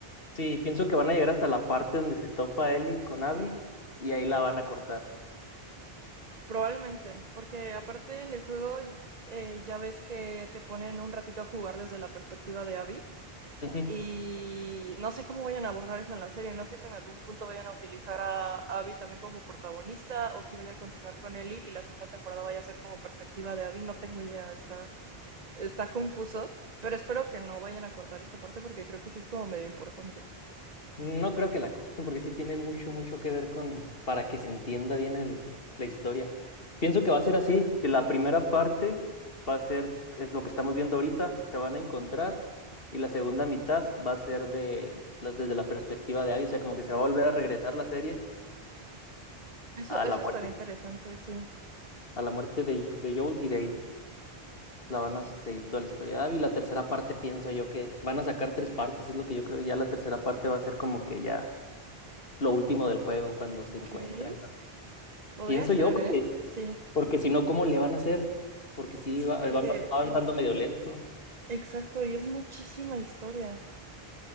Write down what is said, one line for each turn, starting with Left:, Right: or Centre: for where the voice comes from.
Left: Sí, pienso que van a llegar hasta la parte donde se topa Ellie con Abby y ahí la van a cortar.
Right: Probablemente, porque aparte en el juego eh, ya ves que te ponen un ratito a jugar desde la perspectiva de Abby
Left: Ujú.
Right: y no sé cómo vayan a abordar eso en la serie, no sé si en algún punto vayan a utilizar a Abby también como protagonista o si vaya a continuar con Ellie y la segunda temporada vaya a ser como perspectiva de Abby, no tengo idea, está, está confuso, pero espero que no vayan a cortar esa parte porque creo que sí es como medio importante.
Left: No creo que la corten porque sí tiene mucho, mucho que ver con para que se entienda bien el, la historia. Pienso que va a ser así, que la primera parte va a ser, es lo que estamos viendo ahorita, se van a encontrar y la segunda mitad va a ser de, la- desde la perspectiva de Abby, o sea, como que se va a volver a regresar la serie
Right: Eso,
Left: a
Right: eso
Left: la muerte,
Right: estaría interesante, sí.
Left: a la muerte de, de Joel y de ahí la van a seguir toda la historia de Abby. La tercera parte pienso yo que van a sacar tres partes, es lo que yo creo, y ya la tercera parte va a ser como que ya lo último del juego cuando se encuentran.
Right: ¿Crees? Podría
Left: Pienso
Right: ser,
Left: yo, porque,
Right: ¿eh? Sí.
Left: porque si no, ¿cómo le van a hacer? Porque sí,
Right: Sí,
Left: va,
Right: porque
Left: va va avanzando medio lento.
Right: Exacto, y es muchísima historia.